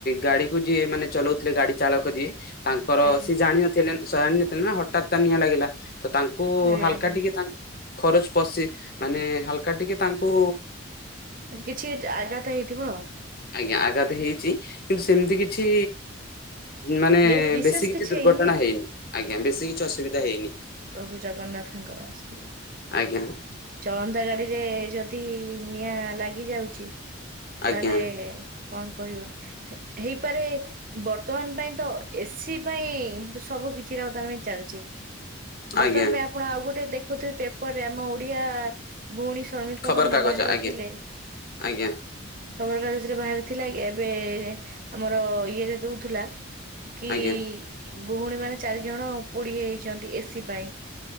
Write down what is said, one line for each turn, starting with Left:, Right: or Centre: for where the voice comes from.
Left: ଗାଡି କୁ ଯିଏ ମାନେ ଚଲାଉଥିଲେ ଗାଡି ଚାଳକ ଯିଏ ତାଙ୍କର
Right: ଆଜ୍ଞା
Left: ସିଏ ଜାଣିନଥିଲେ ଜାଣିନଥିଲେ ନା ହଠତ୍ ତା ନିଆଁ ଲାଗିଲା ତ ତାଙ୍କୁ
Right: ଆଜ୍ଞା
Left: ହାଲକା
Right: ଆଜ୍ଞା।
Left: ଟିକେ ତା ଖରଚ ପଶି ମାନେ ହାଲକା ଟିକେ ତାଙ୍କୁ
Right: କିଛି ଆଘାତ ହେଇଥିବ।
Left: ଆଜ୍ଞା ଆଘାତ ହେଇଛି କିନ୍ତୁ ସେମିତି କିଛି ମାନେ
Right: ବେଶ ବିଶେଷ
Left: ବେଶୀ କିଛି ଦୁର୍ଘଟଣା
Right: ଆଉ
Left: ହେଇନି ଆଜ୍ଞା ବେଶୀ କିଛି ଅସୁବିଧା ହେଇନି।
Right: ପ୍ରଭୁ ଜଗନ୍ନାଥଙ୍କର ଆଶୀର୍ବାଦ।
Left: ଆଜ୍ଞା।
Right: ଚଳନ୍ତା ଗାଡିରେ ଯଦି ନିଆଁ ଲାଗି ଯାଉଛି
Left: ଆଜ୍ଞା
Right: ତାହେଲେ। କଣ କହିବା ହେଇପାରେ ବର୍ତ୍ତମାନ ପାଇଁ ତ ଏସି ପାଇଁ ସବୁ କିଛିଟା ବର୍ତ୍ତମାନ ପାଇଁ ଚାଲିଛି ବର୍ତ୍ତମାନ
Left: ଆଜ୍ଞା
Right: ପାଇଁ। ଆପଣ ଆଉ ଗୋଟେ ଦେଖୁଥିବେ ପେପରରେ ଆମ ଓଡିଆ। ଭଉଣୀ ଶ୍ରମିକ
Left: ଖବର
Right: ମାନେ
Left: କାଗଜ
Right: ବାହାରେ
Left: ଆଜ୍ଞା
Right: ଥିଲେ।
Left: ଆଜ୍ଞା
Right: ଖବର କାଗଜ ରେ ବାହାରିଥିଲା କି ଏବେ ଆମର ଇଏରେ ଦଉଥିଲା। କି
Left: ଆଜ୍ଞା
Right: ଭଉଣୀ ମାନେ ଚାରି ଜଣ ଆଉ କୁଡି ହେଇଛନ୍ତି ଏସି ପାଇଁ।